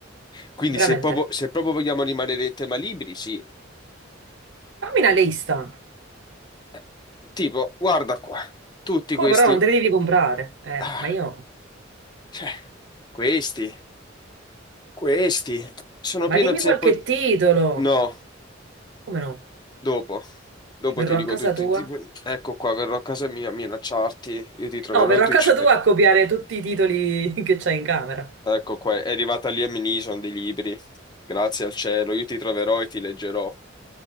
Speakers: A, on the left; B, on the right.
A: Quindi
B: Veramente.
A: se proprio, se proprio vogliamo rimanere in tema libri, sì.
B: Fammi una lista.
A: Eh, tipo, guarda qua, tutti
B: Poi
A: questi...
B: però non te li devi comprare. Eh,
A: Ah,
B: ma io...
A: cioè, questi, questi, sono
B: Ma
A: pieno
B: dimmi
A: zeppo...
B: qualche
A: di-
B: titolo.
A: No.
B: Come no?
A: Dopo, dopo
B: Verrò
A: ti dico
B: a casa
A: tutti,
B: tua?
A: tipo, ecco qua, verrò a casa mia a minacciarti, io ti troverò
B: No, verrò
A: e ti
B: a casa
A: ucciderò.
B: tua a copiare tutti i titoli <laughs> che c'hai in camera.
A: Ecco qua, è arrivata lì a Minison dei libri, grazie al cielo, io ti troverò e ti leggerò.